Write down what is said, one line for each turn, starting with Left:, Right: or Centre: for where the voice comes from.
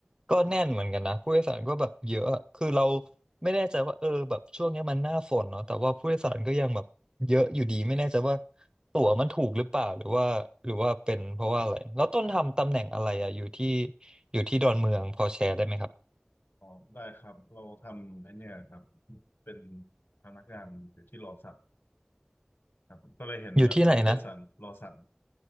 Right: ก็แน่นเหมือนกันนะผู้โดยสารก็แบบเยอะอะคือเราไม่แน่ใจว่าเออแบบช่วงเนี้ยมันหน้าฝนเนาะแต่ว่าผู้โดยสารก็ยังแบบ เยอะอยู่ดีไม่แน่ใจว่าตั๋วมันถูกหรือเปล่าหรือว่าหรือว่าเป็นเพราะว่าอะไรแล้วต้นทำตำแหน่งอะไรอะอยู่ที่อยู่ที่ดอนเมืองพอแชร์ได้ไหมครับ
Left: อ๋อได้ครับเราทำไอ้เนี่ยครับเป็นพนักงานอยู่ที่รอสักครับก็เลยเห็นแบบผู้โดยสารรอสั่ง
Right: อยู่ที่ไหนนะ